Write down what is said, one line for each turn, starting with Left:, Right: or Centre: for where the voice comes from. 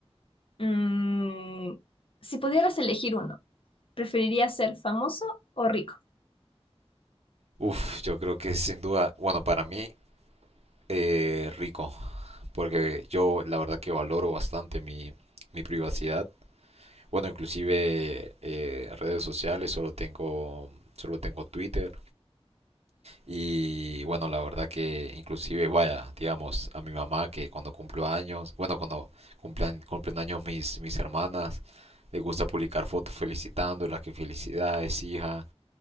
Left: Mm, si pudieras elegir uno, ¿preferirías ser famoso o rico?
Right: Uf, yo creo que sin duda, bueno, para mí eh, rico, porque yo la verdad que valoro bastante mi, mi privacidad. Bueno, inclusive eh, redes sociales, solo tengo, solo tengo Twitter. Y bueno, la verdad que inclusive, vaya, digamos, a mi mamá que cuando cumplo años, bueno, cuando cumplan, cumplen años mis, mis hermanas, le gusta publicar fotos felicitándolas, que felicidades, hija.